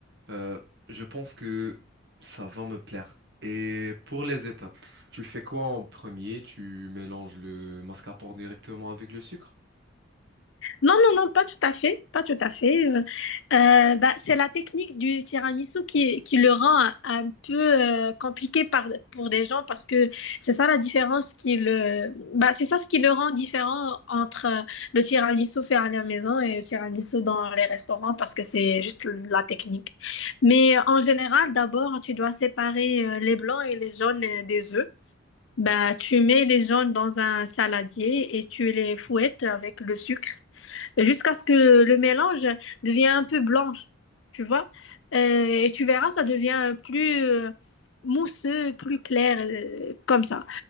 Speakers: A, on the right; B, on the left.
A: euh, je pense que ça va me plaire. Et pour les étapes, tu fais quoi en premier? Tu mélanges le mascarpone directement avec le sucre?
B: Non, non, non, pas tout à fait, pas tout à fait. Euh, euh, bah, c'est la technique du tiramisu qui, qui le rend un, peu euh, compliqué par, pour des gens parce que c'est ça la différence qui le, bah, c'est ça ce qui le rend différent entre euh, le tiramisu fait à la maison et le tiramisu dans les restaurants parce que c'est juste la technique. Mais euh, en général, d'abord, tu dois séparer euh, les blancs et les jaunes euh, des œufs. Bah, tu mets les jaunes dans un saladier et tu les fouettes avec le sucre jusqu'à ce que le, le mélange devienne un peu blanche, tu vois. Euh, et tu verras, ça devient plus euh, mousseux, plus clair, euh, comme ça.